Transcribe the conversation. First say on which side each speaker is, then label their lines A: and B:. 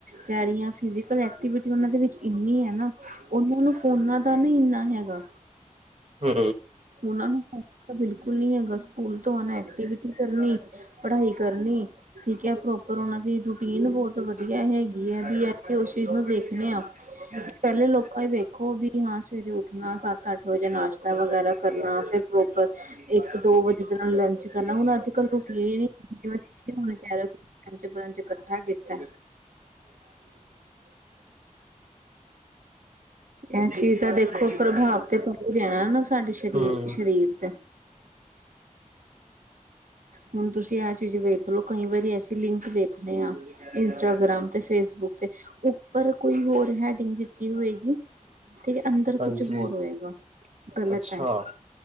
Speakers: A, on the right; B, on the right.
A: ਕੈ ਰਈ ਆਂ ਫਿਜ਼ਕਲ ਐਕਟੀਵਿਟੀ ਉਨਾਂ ਦੇ ਵਿੱਚ ਇੰਨੀ ਹੈ ਨਾ ਉਨਾਂ ਨੂੰ ਫੋਨਾ ਦਾ ਨਾ ਇਨਾ ਅ ਹੈਗਾ।
B: ਹੂੰ
A: ਉਨਾਂ ਨੂੰ ਬਿਲਕੁਲ ਨਈ ਹੈਗਾ ਸਕੂਲ ਤੋਂ ਆਣਾ ਐਕਟੀਵਿਟੀ ਕਰਨੀ। ਪੜ੍ਹਾਈ ਕਰਨੀ। ਠੀਕ ਏ ਪ੍ਰੋਪਰ ਉਨਾਂ ਦੀ ਰੂਟੀਨ ਬੋਤ ਵਧੀਆ ਹੈਗੀ ਐ ਵੀ ਅਸੀਂ ਉਸ ਚੀਜ਼ ਨੂੰ ਦੇਖਣੇ ਆਂ। ਪੈਲੇ ਲੋਕਾਂ ਵੇਖੋ ਵੀ ਹਾਂ ਸਵੇਰੇ ਉੱਠ ਉੱਠਣਾ ਸੱਤ ਅੱਠ ਵਜੇ ਨਾਸ਼ਤਾ ਵਗੈਰਾ ਕਰਨਾ ਫਿਰ ਪ੍ਰੋਪਰ ਇੱਕ ਦੋ ਵਜੇ ਦੇ ਨਾਲ ਲੰਚ ਕਰਨਾ ਹੁਣ ਅੱਜ ਕੱਲ ਰੁਕੀ ਨੀ <unintelligible> ਕੈ ਲੋ ਪੰਜ-ਪੰੰਜ ਕੱਠਾ ਕੀਤਾ। ਐ ਚੀਜ਼ ਤਾਂ ਦੇਖੋ ਪ੍ਰਭਾਵ ਤੇ ਪੈਂਦਾ ਨਾ ਸਾਡੇ ਸ਼ਰੀਰ-ਸਰੀਰ
B: ਹੂੰ,
A: ਤੇ ਹੁਣ ਤੁਸੀਂ ਆ ਚੀਜ਼ ਵੇਖ ਲਓ ਕਈ ਵਾਰੀ ਅਸੀਂ ਲਿੰਕ ਵੇਖਦੇ ਹਾਂ। ਇੰਸਟਾਗ੍ਰਾਮ ਤੇ ਫੇਸਬੁੱਕ ਤੇ ਉੱਪਰ ਕੋਈ ਹੋਰ ਹੈਡਿੰਗ ਦਿੱਤੀ ਹੋਏਗੀ। ਤੇ ਠੀਕ ਅੰਦਰ
B: ਹਾਂਜੀ।
A: ਕੁਛ ਹੋਰ ਹੋਏਗਾ ਗਲਤ
B: ਅੱਛਾ,
A: ਐ।